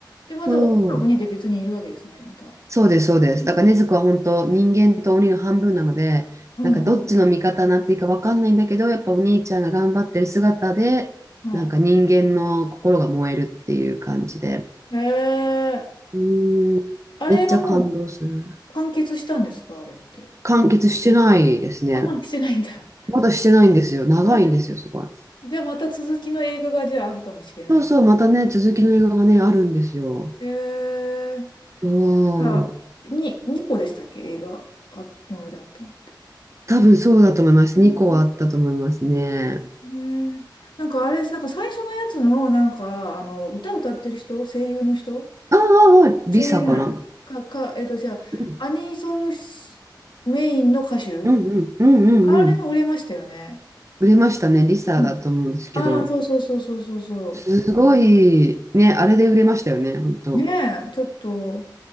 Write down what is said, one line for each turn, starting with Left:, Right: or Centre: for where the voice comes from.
Left: で、また、
Right: そう
Left: 女の子にで別にいるわけですね、また。
Right: そうです、そうです。
Left: うん、
Right: だから禰豆子は本当人間と鬼の半分なので、
Left: うん、
Right: なんかどっちの味方になっていいかわかんないんだけど、やっぱお兄ちゃんが頑張ってる姿で、
Left: は
Right: なんか人間の心が燃えるっていう感じで。
Left: い。へえ、
Right: うーん、
Left: あれはも
Right: めっちゃ感動する。
Left: う完結したんですか、あれって。
Right: 完結してないですね。
Left: あ、まあ、してないんだ。
Right: まだしてないんですよ。長いんですよ、
Left: あで
Right: すごい。
Left: じゃあ、また続きの映画が、じゃあ、あるかもしれない。
Right: そうそう、またね、続きの映画がね、あるんですよ。
Left: へえ、なん
Right: そう。
Left: か、に、2個でしたっけ、映画、あ、今まであったのって。
Right: 多分そうだと思います。
Left: うん
Right: 2個はあったと思いますね。
Left: ねえ、なんかあれ、なんか最初のやつの、なんか、あの、歌歌ってる人、声優の人
Right: ああ、ああリサかな。
Left: 声優じゃない。か、か、えっと、じゃあ、
Right: うん
Left: アニソンしメインの歌手
Right: うんうんうんうんうん。
Left: あれも売れましたよね。
Right: 売れましたね。リサだと思うんですけど。
Left: うん。ああ、そうそうそうそうそうそ
Right: すごい、ね、あれで売れましたよね、本当。
Left: う。ねえ、ちょっと、